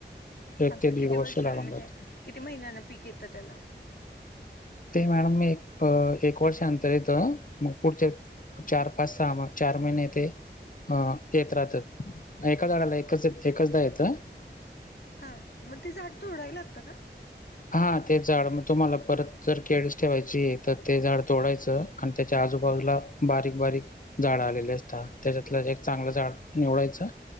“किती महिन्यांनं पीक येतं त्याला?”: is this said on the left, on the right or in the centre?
Left